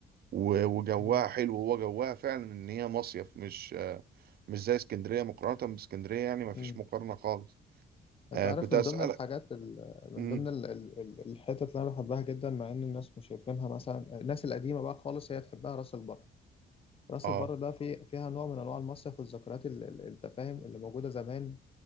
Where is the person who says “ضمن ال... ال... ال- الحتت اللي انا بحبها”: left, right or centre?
Left